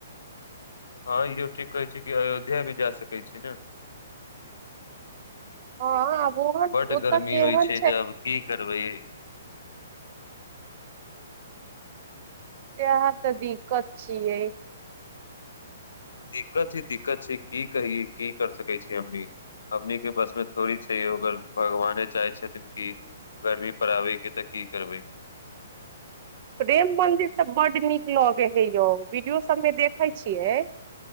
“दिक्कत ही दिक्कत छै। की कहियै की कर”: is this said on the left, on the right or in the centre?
Left